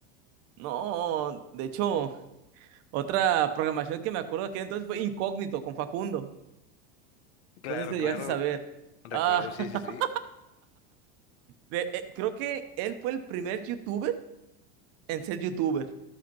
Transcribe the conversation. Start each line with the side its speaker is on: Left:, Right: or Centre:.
Right: No, de hecho, otra programación que me acuerdo de aquel entonces fue Incógnito con Facundo.
Left: Claro,
Right: No sé si lo
Left: claro.
Right: llegaste a saber.
Left: Recuerdo,
Right: Ah,
Left: sí,
Right: <laughs>
Left: sí, sí.
Right: de- eh, creo que él fue el primer youtuber en ser youtuber.